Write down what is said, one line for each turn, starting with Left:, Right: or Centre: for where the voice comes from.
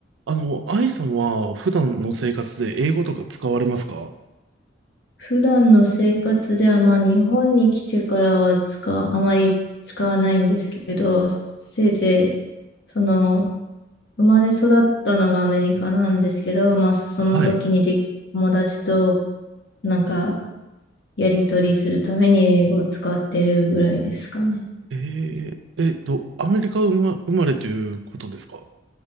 Right: あの、愛さんは普段の生活で英語とか使われますか
Left: 普段の生活では、まあ、日本に来てからは使あまり使わないんですけど、せいぜい、その、生まれ育ったのがアメリカなんですけど、まあ、その時にでき、
Right: はい。
Left: 友達となんか、やり取りするために英語を使ってるぐらいですかね。
Right: えー、えっと、アメリカ生ま、生まれということですか